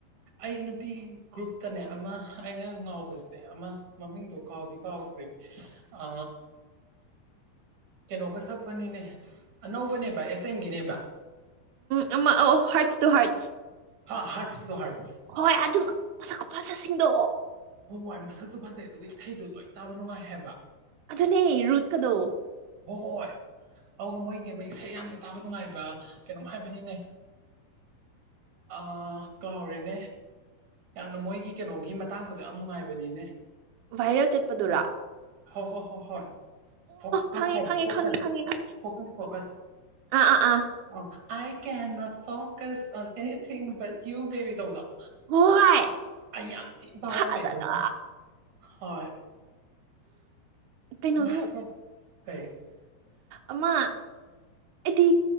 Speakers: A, on the right; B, on the right.
A: ꯑꯩ ꯅꯨꯄꯤ ꯒ꯭ꯔꯨꯞꯇꯅꯦ ꯑꯃ ꯑꯩꯅ ꯉꯥꯎꯕꯁꯦ ꯑꯃ ꯃꯃꯤꯡꯗꯣ ꯀꯥꯎꯗꯤ ꯀꯥꯎꯈ꯭ꯔꯦ ꯑ ꯀꯩꯅꯣꯒ ꯁꯛꯄꯅꯤꯅꯦ ꯑꯅꯧꯕꯅꯦꯕ ꯑꯦꯁ ꯑꯦꯝꯒꯤꯅꯦꯕ
B: ꯎꯝ ꯑ ꯑ ꯍꯠꯁ ꯇꯨ ꯍꯠꯁ
A: ꯍꯥ ꯍꯠꯁꯨꯣ ꯍ ꯍꯥꯠ
B: ꯍꯣꯏ ꯑꯗꯨꯒ ꯃ ꯃꯆꯥꯁꯤꯡꯗꯣ
A: ꯋꯥ ꯃꯁꯛꯁꯨ ꯐꯖꯩ ꯑꯗꯨꯒ ꯏꯁꯩꯗꯣ ꯂꯣꯏ ꯇꯥꯕ ꯅꯨꯡꯉꯥꯏ ꯍꯥꯏꯕ
B: ꯖꯅꯦ ꯔꯨꯠ ꯀꯗꯣ
A: ꯍꯣꯏ ꯑꯗꯨꯒ ꯃꯣꯏꯒꯤ ꯑꯃ ꯏꯁꯩ ꯌꯥꯝꯅ ꯇꯥꯕ ꯅꯨꯡꯉꯥꯏꯕ ꯀꯩꯅꯣꯝ ꯍꯥꯏꯕꯅꯤꯅꯦ ꯑꯥ ꯀꯥꯎꯔꯦꯅꯦ ꯌꯥꯝꯅ ꯃꯣꯏꯒꯤ ꯀꯩꯅꯣꯒꯤ ꯃꯇꯥꯡꯒꯗꯣ ꯌꯥꯝ ꯅꯨꯡꯉꯥꯏꯕꯅꯤꯅꯦ
B: ꯚꯥꯏꯔꯦꯜ ꯆꯠꯄꯗꯨꯔꫭ
A: ꯍꯣ ꯍꯣ ꯍꯣ ꯍꫭꯏ ꯐꫭꯀꯁ
B: ꯈꯪꯉꯦ
A: ꯍꯥꯏꯕ
B: ꯈꯪꯉꯦ
A: ꯐꫭꯀꯁ
B: ꯈꯪꯉꯦ ꯈꯪꯉꯦ ꯈꯪꯉꯦ
A: ꯐꫭꯀꯁ ꯐꫭꯀꯁ
B: ꯑꯥ ꯑꯥ ꯑꯥ
A: ꯑ I ꯀꯦꯟꯅꫭꯠ focus on anything but you baby ꯇꯧꯕꯗꫭ
B: ꯍꯣꯏ
A: ꯑꯩ ꯌꯥꯝ ꯊꯤ ꯇꯥꯔꯝꯃꯦ
B: ꯐꯖꯅ
A: ꯑꯗꯨꯃ ꯍꯣꯏ
B: ꯀꯩꯅꯣꯁꯨ
A: ꯃꯁ ꯀꯩ
B: ꯑꯃ ꯑꯩꯗꯤ